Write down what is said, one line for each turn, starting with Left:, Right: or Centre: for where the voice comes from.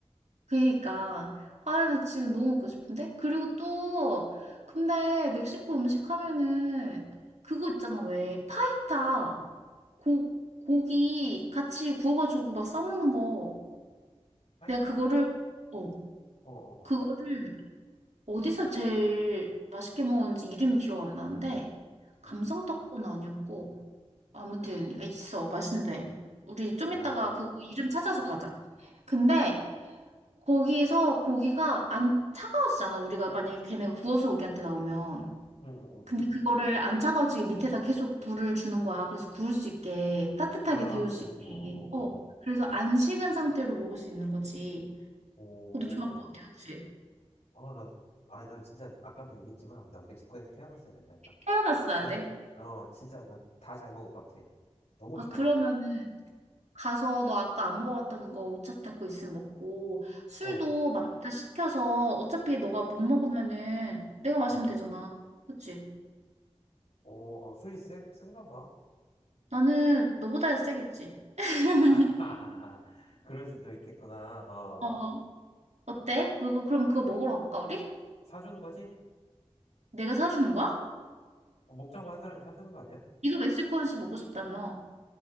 Right: 그니까 아
Left: 어,
Right: 나 지금 너무 먹고 싶은데 그리고 또 근데 멕시코 음식 하면은 그거 있잖아 왜 파이타 고 고기 같이 구워가지고 막 싸먹는 거
Left: 파이타?
Right: 내가 그거를 어
Left: 어, 어,
Right: 그거를
Left: 어.
Right: 어디서 제일 맛있게 먹었는지 이름이 기억 안 나는데 감성떡은
Left: 응.
Right: 아니었고 아무튼 있어 맛있는데 우리 좀
Left: 어.
Right: 이따가 그 이름 찾아서 가자 근데 거기에서 고기가 안 차가워지잖아. 우리가 만약에 걔네가 구워서 우리한테 나오면.
Left: 응, 응, 응,
Right: 근데
Left: 응.
Right: 그거를 안 차가워지게 밑에다 계속 불을 주는 거야. 그래서 구울 수 있게, 따뜻하게
Left: 아,
Right: 데울 수
Left: 그래?
Right: 있게.
Left: 어, 어,
Right: 어.
Left: 어.
Right: 그래서 안 식은 상태로 먹을 수 있는 거지.
Left: 어. 오.
Right: 너도 좋아할 거 같아, 그치?
Left: 어, 나, 아니, 난 진짜, 아까도 얘기했지만, 난 멕시코에서 태어났어야 된다니까.
Right: 태어났어야
Left: 난,
Right: 돼.
Left: 어, 진짜, 난 다 잘 먹을 것 같아. 너무
Right: 아,
Left: 좋아.
Right: 그러면은 가서 너 아까 안 먹어봤다는 거 오차타 그거 있으면 먹고 술도
Left: 어,
Right: 마라식 시켜서 어차피 너가 못 먹으면은 내가 마시면
Left: 어,
Right: 되잖아. 그치?
Left: 오 어, 술이 센, 센가 봐.
Right: 나는 너보다 세겠지. <laughs>
Left: <laughs> 하하하. 그럴 수도 있겠구나. 어,
Right: 어, 어때? 그거, 그럼 그거 먹으러 갈까, 우리?
Left: 사주는 거지?
Right: 내가 사주는 거야?
Left: 어, 먹자고 한 사람이 사주는 거 아니야?
Right: 이거 멕시코 음식 먹고 싶다며.